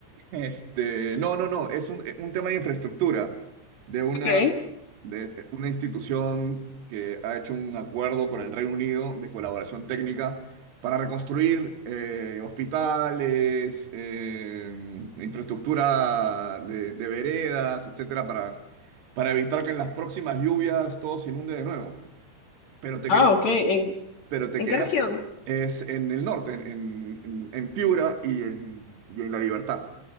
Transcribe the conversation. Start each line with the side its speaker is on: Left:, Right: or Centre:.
Right: Este, no, no, no, es un, un tema de infraestructura, de una,
Left: Okay.
Right: de una institución que ha hecho un acuerdo con el Reino Unido de colaboración técnica para reconstruir eh, hospitales, eh, infraestructura de, de veredas, etcétera, para, para evitar que en las próximas lluvias todo se inunde de nuevo. Pero te
Left: Ah,
Right: quería,
Left: okay. En...
Right: pero te
Left: ¿En
Right: quería,
Left: qué región?
Right: es en el norte, en, en, en Piura y en, y en La Libertad